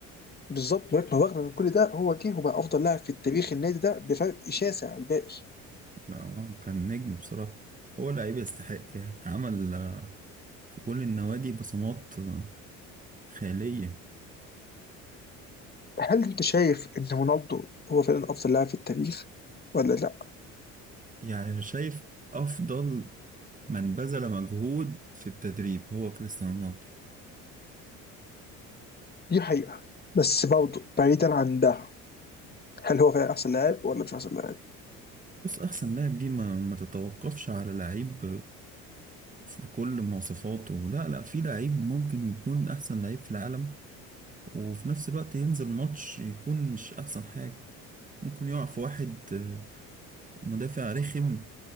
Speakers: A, on the left; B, on the right.
A: بالظبط ولكن رغم من كل ده هو جه وبقى افضل لاعب في التاريخ النادي ده بفرق شاسع عن الباقي
B: اه كان نجم بصراحه هو لعيب يستحق يعني عمل آه، في كل النوادي بصمات آه، خياليه
A: هل انت شايف ان رونالدو هو فعلا افضل لاعب في التاريخ ولا لا
B: يعني شايف افضل من بذل مجهود في التدريب هو كريستيانو رونالدو
A: دي حقيقه بس برضه بعيدا عن ده هل هو فعلا احسن لاعب ولا مش احسن لاعب
B: بس احسن لاعب دي ما, ما تتوقفش على لعيب بكل مواصفاته لا لا في لعيب ممكن يكون احسن لعيب في العالم وفي نفس الوقت ينزل ماتش يكون مش احسن حاجة ممكن يقع في واحد آه، مدافع رخم